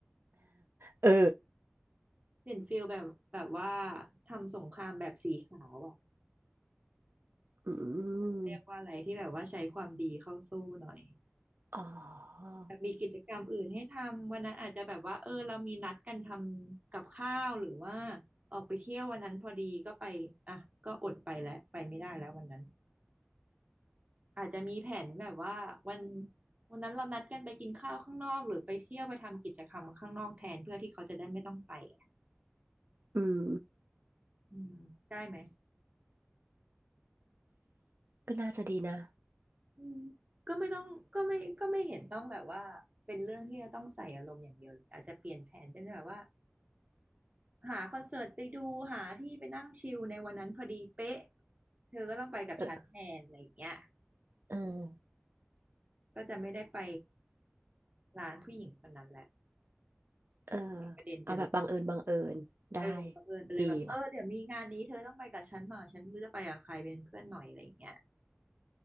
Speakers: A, on the right (about 65°); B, on the right (about 35°).
A: เออ
B: เปลี่ยนฟิลแบบแบบว่าทำสงครามแบบสีขาวอ่ะ
A: อืม
B: เรียกว่าอะไรที่แบบว่าใช้ความดีเข้าสู้หน่อย
A: อ๋อ
B: แบบมีกิจกรรมอื่นให้ทำวันนั้นอาจจะแบบว่าเออเรามีนัดกันทำกับข้าวหรือว่าออกไปเที่ยววันนั้นพอดีก็ไปอ่ะก็อดไปแล้วไปไม่ได้แล้ววันนั้น อาจจะมีแผนแบบว่าวันวันนั้นเรานัดกันไปกินข้าวข้างนอกหรือไปเที่ยวไปทำกิจกรรมข้างนอกแทนเพื่อที่เขาจะได้ไม่ต้องไปอะ
A: อืม
B: อืมได้ไหม
A: ก็น่าจะดีนะ
B: อืมก็ไม่ต้องก็ไม่ก็ไม่เห็นต้องแบบว่าเป็นเรื่องที่จะต้องใส่อารมณ์อย่างเดียวเลยอาจจะเปลี่ยนแผนเป็นแบบว่าหาคอนเสิร์ตไปดูหาที่ไปนั่งชิลในวันนั้นพอดีเป๊ะเธอก็ต้องไปกับฉันแทนอะไรอย่างเงี้ย
A: เออเออ
B: ก็จะไม่ได้ไปร้านผู้หญิงคนนั้นแหละ
A: เออ
B: เป็นประเด็นไปเลย
A: เอาแบบบังเอิญบังเอิญได้
B: เออบังเอิญไปเลยแบบเออเดี๋ยวมีงานนี้เธอต้องไปกับฉันหน่อยฉันไม่รู้จะไปกับใครเป็นเพื่อนหน่อยอะไรอย่างเงี้ย
A: ดีว่ะ